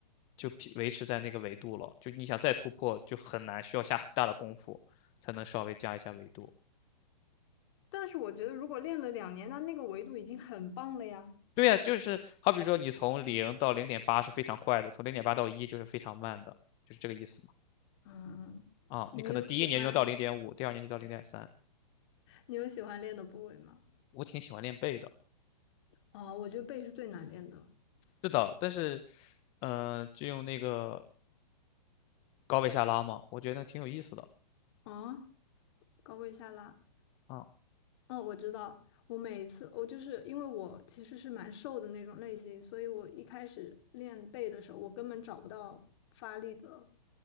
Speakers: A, on the left; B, on the left.
A: 就匹维持在那个维度了，就你想再突破就很难，需要下很大的功夫才能稍微加一下维度。
B: 但是我觉得如果练了两年，那那个维度已经很棒了呀。
A: 对呀，就是好比说你从零到零点八是非常快的，从零点八到一就是非常慢的，就是这个意思。
B: 嗯，
A: 啊，
B: 你有喜欢
A: 你可能第一年就能到零点五，第二年就到零点三。
B: 你有喜欢练的部位吗？
A: 我挺喜欢练背的，
B: 哦，我觉得背是最难练的。
A: 是的，但是，呃，就用那个高位下拉嘛，我觉得挺有意思的
B: 啊，高位下拉。
A: 啊。
B: 嗯，我知道。我每一次，我就是因为我其实是蛮瘦的那种类型，所以我一开始练背的时候，我根本找不到发力的